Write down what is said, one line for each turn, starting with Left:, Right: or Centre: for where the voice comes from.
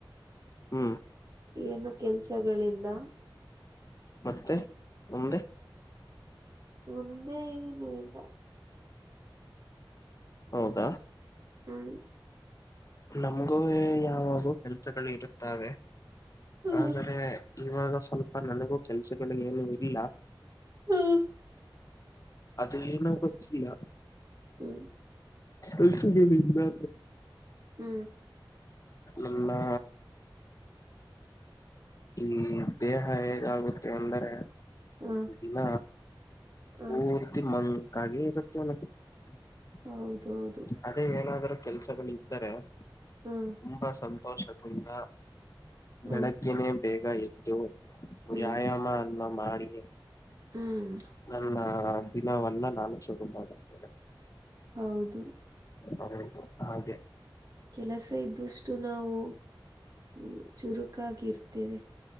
Left: ಹ್ಮ್
Right: ಏನು ಕೆಲ್ಸಗಳಿಲ್ಲ
Left: ಮತ್ತೆ ಮುಮ್ದೆ
Right: ಒಂದಂದೇ ಏನು ಇಲ್ಲ
Left: ಹೌದಾ
Right: ಹ್ಮ್
Left: ನಮಗೂ ಯಾವಾಗೂ ಕೆಲ್ಸಗಳು ಇರುತ್ತವೆೆ
Right: ಹ್ಮ್
Left: ಆದ್ರೆ ಇವಾಗ ಸ್ವಲ್ಪ ನನಗೂ ಕೆಲ್ಸಗಳಗ ಏನು ಇಲ್ಲ
Right: ಹ್ಮ್
Left: ಅದನ್ನ ಏನೋ ಗೊತ್ತಯ
Right: ಹೂ
Left: ಕಲ್ಸಿಗೆ ಇಲ್ಲೆ
Right: ಹೂ
Left: ಎಲ್ಲಾ ಈ ದೇಹ ಹೇಗ ಆಾಗುತ್ತೆ ಅಂದರೆ
Right: ಹ್ಮ್
Left: ಇ ದಿನ
Right: ಹ ಹ
Left: ಪೂರ್ತಿ ಮಂಗ ಅದಕಾಗಿ ಇರುತ್ತದೆ
Right: ಹೌದೌದು
Left: ಏನಾದರೂ ಕೆಲ್ಸಗಳ್ದರೆ
Right: ಹ್ಮ್
Left: ತುಂಬಾ ಸಂತೋಷದಿಂದ
Right: ಹ
Left: ಬೆಳಗ್ಗೆನೇ ಬೇಗ ಎದು
Right: ಹ್ಮ್
Left: ವ್ಯಾಯಾಮ ಎಲ್ಲ ಮಾಡಿ
Right: ಹ್ಮ್
Left: ನನ್ನ ಆ ದಿನವಲ್ಲ ನಾನು ಶುರು ಮಾಡುತೇನೆ
Right: ಹೌದು
Left: ಹೌದು ಹಾಗೆ
Right: ಕೆಲಸ ಇದ್ದಷ್ಟು ನಾವು ಹ ಚುರುಕಾಗಿರ್ತೇವೆ